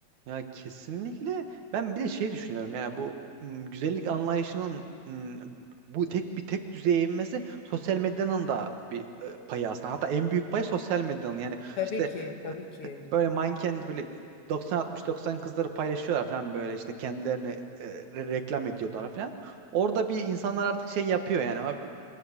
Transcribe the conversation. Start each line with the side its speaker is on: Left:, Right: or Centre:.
Right: ya kesinlikle ben bir de şey düşünüyorum yani bu m, güzellik anlayışının m, bu tek bir tek düzeye inmesi sosyal medyanın da bir e, payı aslında hatta en büyük pay sosyal medyanın yani
Left: Tabii
Right: işte
Left: ki, tabii ki.
Right: Böyle manken böyle 90-60-90 kızları paylaşıyorlar falan böyle işte kendilerini e, re- reklam ediyorlar falan. Orada bir insanlar artık şey yapıyor yani abi